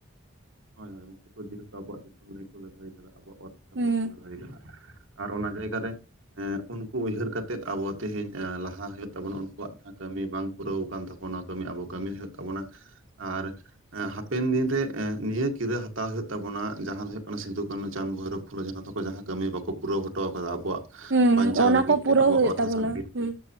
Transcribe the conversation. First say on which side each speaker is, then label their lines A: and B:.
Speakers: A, on the right (about 75°); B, on the right (about 55°).
A: ᱦᱳᱭ ᱦᱳᱭ ᱩᱱᱠᱩ ᱠᱚ ᱡᱮᱦᱮᱛᱩ ᱟᱵᱚᱣᱟᱜ ᱫᱤᱥᱚᱢ ᱞᱟᱹᱜᱤᱫ ᱠᱚ ᱞᱟᱹᱲᱦᱟᱹᱭ ᱠᱟᱫᱟ, ᱟᱵᱚᱣᱟᱜ ᱚᱛ ᱦᱟᱥᱟ
B: ᱦᱩᱸ
A: ᱞᱟᱹᱜᱤᱫ ᱠᱚ ᱞᱟ. ᱲᱦᱟᱹᱭ ᱠᱟᱫᱟ᱾ ᱟᱨ ᱚᱱᱟ ᱡᱟᱭᱜᱟ ᱨᱮ ᱮᱸ ᱩᱱᱠᱩ ᱩᱭᱦᱟᱹᱨ ᱠᱟᱛᱮᱫ ᱟᱵᱚ ᱛᱮᱦᱮᱧ ᱮᱸ ᱞᱟᱦᱟ ᱦᱩᱭᱩᱜ ᱛᱟᱵᱚᱱᱟ ᱩᱱᱠᱩᱣᱟᱜ ᱡᱟᱦᱟᱸ ᱠᱟᱹᱢᱤ ᱵᱟᱝ ᱯᱩᱨᱟᱹᱣ ᱟᱠᱟᱱ ᱛᱟᱠᱳᱣᱟ ᱚᱱᱟ ᱠᱟᱹᱢᱤ ᱟᱵᱚ ᱠᱟᱹᱢᱤ ᱦᱩᱭᱩᱜ ᱛᱟᱵᱚᱱᱟ ᱟᱨ ᱮᱸ ᱦᱟᱯᱮᱱ ᱫᱤᱱ ᱨᱮ ᱮᱸ ᱱᱤᱭᱟᱹ ᱠᱤᱨᱟᱹ ᱦᱟᱛᱟᱣ ᱦᱩᱭᱩᱜ ᱛᱟᱵᱚᱱᱟ ᱡᱟᱦᱟᱸ ᱫᱚ ᱦᱩᱭᱩᱜ ᱠᱟᱱᱟ ᱥᱤᱫᱩ, ᱠᱟᱹᱱᱩ, ᱪᱟᱸᱫᱽ ᱵᱷᱳᱭᱨᱳ, ᱯᱷᱩᱞᱳ, ᱡᱷᱟᱱᱳ, ᱛᱟᱠᱚ ᱡᱟᱦᱟᱸ ᱠᱟᱹᱢᱤ ᱵᱟᱠᱚ ᱯᱩᱨᱟᱹᱣ ᱦᱚᱴᱚᱣ ᱠᱟᱫᱟ ᱟᱵᱚᱣᱟᱜ
B: ᱦᱩᱸ
A: ᱵᱟᱧᱪᱟᱣ
B: ᱚᱱᱟ
A: ᱞᱟᱹᱜᱤᱫ
B: ᱠᱚ ᱯᱩᱨᱟᱹᱣ
A: ᱛᱮ ᱟᱵᱚᱣᱟᱜ
B: ᱦᱩᱭᱩᱜ
A: ᱚᱛ
B: ᱛᱟᱵᱚᱱᱟ
A: ᱦᱟᱥᱟ ᱞᱟᱹᱜᱤᱫ
B: ᱦᱩᱸ
A: ᱛᱮ᱾